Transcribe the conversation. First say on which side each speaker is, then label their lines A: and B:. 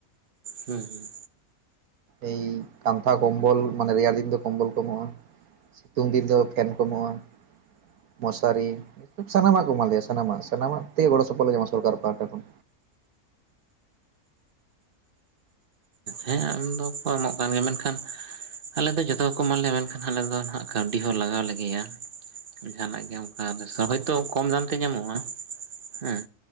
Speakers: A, on the right; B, on the right.
A: ᱦᱩᱸ ᱦᱩᱸ᱾
B: ᱮᱭ ᱠᱟᱱᱛᱷᱟ ᱠᱚᱢᱵᱚᱞ ᱢᱟᱱᱮ ᱨᱮᱭᱟᱲ ᱫᱤᱱ ᱫᱚ ᱠᱚᱢᱵᱚᱞ ᱠᱚ ᱮᱢᱚᱜᱼᱟ ᱾ ᱥᱤᱛᱩᱝ ᱫᱤᱱ ᱫᱚ ᱯᱷᱮᱱ ᱠᱚ ᱮᱢᱚᱜᱼᱟ ᱾ ᱢᱚᱥᱟᱨᱤ ᱥᱟᱱᱟᱢᱟᱜ ᱠᱚ ᱮᱢᱟᱜ ᱞᱮᱭᱟ ᱥᱟᱱᱟᱢᱟᱜ ᱥᱟᱱᱟᱢᱟᱜ ᱛᱮ ᱜᱚᱲᱚ ᱥᱚᱯᱚᱦᱚᱫ ᱞᱮ ᱧᱟᱢᱟ ᱥᱚᱨᱠᱟᱨ ᱯᱟᱦᱴᱟ ᱠᱷᱚᱱ᱾
A: ᱦᱮᱸ ᱮᱢ ᱫᱚᱠᱚ ᱮᱢᱚᱜ ᱠᱟᱱ ᱜᱮᱭᱟ ᱢᱮᱱᱠᱷᱟᱱ ᱟᱞᱮ ᱫᱚ ᱡᱚᱛᱚ ᱜᱮᱠᱚ ᱮᱢᱟ ᱞᱮᱭᱟ ᱢᱮᱱᱠᱷᱟᱱ ᱟᱞᱮ ᱫᱚ ᱠᱟᱹᱣᱰᱤ ᱦᱚᱸ ᱞᱟᱜᱟᱣ ᱞᱮ ᱜᱮᱭᱟ ᱾ ᱡᱟᱸᱦᱟᱱᱟᱜ ᱜᱮ ᱚᱱᱠᱟ <unintelligible> ᱦᱳᱭᱛᱳ ᱠᱚᱢ ᱫᱟᱢ ᱛᱮ ᱧᱟᱢᱚᱜᱼᱟ ᱾ ᱦᱮᱸ